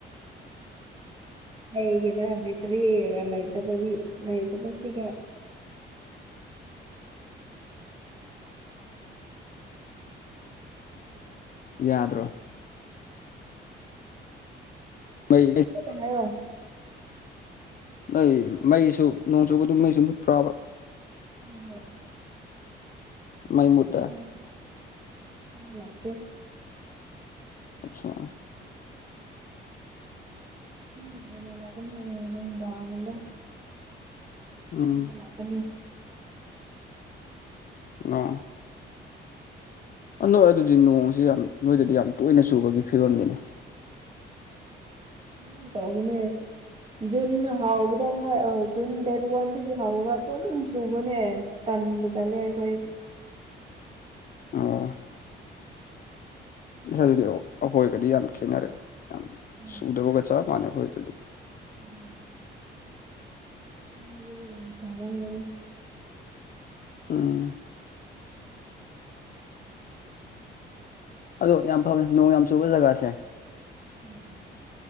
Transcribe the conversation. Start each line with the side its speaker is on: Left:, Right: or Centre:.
Right: ꯀꯔꯤꯒꯤꯅꯣ ꯕꯤꯇ꯭ꯔꯤ ꯂꯩꯇꯕꯒꯤ ꯂꯩꯇꯕꯁꯤꯒ
Left: ꯌꯥꯗ꯭ꯔꯣ ꯃꯩ
Right: ꯀꯣꯛꯀ ꯍꯥꯏꯔꯣ
Left: ꯅꯣꯏ ꯃꯩꯁꯨ ꯅꯣꯡ ꯆꯨꯕꯗꯨ ꯃꯩꯁꯨ ꯃꯨꯠꯄ꯭ꯔꯥꯕ
Right: ꯍꯣꯏ ꯍꯣꯏ
Left: ꯃꯩ ꯃꯨꯠꯂꯦ
Right: ꯅꯣꯡ ꯃꯩ ꯂꯥꯛꯇꯦ
Left: ꯑꯆꯥ
Right: ꯉꯟꯅꯥ ꯂꯥꯛꯀꯅꯤꯗ ꯅꯨꯡꯗꯥꯡꯗꯣ
Left: ꯎꯝ
Right: ꯃꯩ ꯂꯥꯛꯀꯅꯤ
Left: ꯑ ꯅꯣꯏ ꯑꯗꯨꯗꯤ ꯅꯣꯡꯁꯤ ꯌꯥꯝ ꯅꯣꯏꯗꯗꯤ ꯌꯥꯝ ꯇꯣꯏꯅ ꯆꯨꯕꯒꯤ ꯐꯤꯕꯝꯅꯤꯅꯤ
Right: ꯎꯝꯝ ꯇꯕꯅꯦ ꯖꯨꯟ ꯍꯥꯎꯕꯗ ꯉꯥꯏ ꯑꯣꯏꯖꯨ ꯖꯨꯟ ꯗꯦꯠ ꯋꯥꯟꯗꯒꯤ ꯍꯥꯎꯔꯒ ꯑꯗꯨꯝ ꯆꯨꯕꯅꯦ ꯇꯟꯕꯨ ꯇꯂꯦ ꯑꯩꯈꯣꯏ
Left: ꯑꯣ ꯑꯗꯨꯅꯦ ꯑꯩꯈꯣꯏꯒꯗꯤ ꯌꯥꯝ ꯈꯦꯠꯅꯔꯦ ꯌꯥꯝ
Right: ꯍꯔꯦ
Left: ꯁꯨꯗꯕꯒ ꯆꯞ ꯃꯥꯟꯅꯩ ꯑꯩꯈꯣꯏꯗꯗꯤ
Right: ꯎꯝ <inaudible> <unintelligible> ꯎꯗꯤ ꯌꯥꯝ ꯆꯔꯅꯤ
Left: ꯑꯝ ꯑꯗꯣ ꯌꯥꯝ ꯐꯕꯅꯦ ꯅꯣꯡ ꯌꯥꯝ ꯆꯨꯕ ꯖꯒꯥꯁꯦ
Right: ꯎꯝ